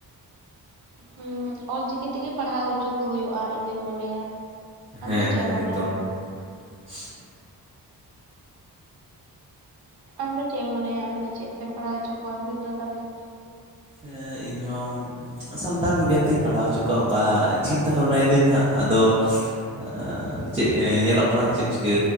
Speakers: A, on the right (about 70°); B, on the right (about 15°).
A: ᱦᱩᱸ, ᱚᱞᱪᱤᱠᱤ ᱛᱮᱜᱮ ᱯᱟᱲᱦᱟᱣ ᱚᱪᱚ ᱠᱚ ᱦᱩᱭᱩᱜ-ᱟ ᱤᱧ ᱫᱩᱧ ᱢᱚᱱᱮᱭᱟ᱾ ᱟᱢ
B: ᱦᱮᱸ
A: ᱫᱚ ᱪᱮᱫ
B: ᱦᱮᱸ
A: ᱮᱢ ᱢᱚᱱᱮᱭᱟ?
B: ᱮᱠᱫᱚᱢ <inaudible>
A: ᱟᱢᱫᱚ ᱪᱮᱫ ᱮᱢ ᱢᱚᱱᱮᱭᱟ ᱟᱢᱫᱚ ᱪᱮᱫ ᱛᱮᱢ ᱯᱟᱲᱦᱟᱣ ᱦᱚᱪᱚ ᱠᱚᱣᱟ ᱜᱤᱫᱽᱨᱟᱹ ᱛᱟᱢ ᱫᱚ?
B: ᱦᱮᱸ, ᱤᱧ ᱦᱚᱸ, ᱥᱟᱱᱛᱟᱲ ᱢᱤᱰᱤᱭᱟᱢ ᱛᱤᱧ ᱯᱟᱲᱦᱟᱣ ᱦᱚᱪᱚ ᱠᱚᱣᱟ ᱚᱝᱠᱟ ᱪᱤᱱᱛᱟᱹ ᱵᱷᱟᱵᱽᱱᱟ ᱮᱫᱟᱹᱧ ᱱᱟᱦᱟᱸᱜ ᱟᱫᱚ, ᱟᱸᱻ ᱪᱮᱫ ᱧᱮᱞᱚᱜ ᱠᱟᱱᱟ ᱪᱮᱫ ᱪᱤᱠᱟᱹ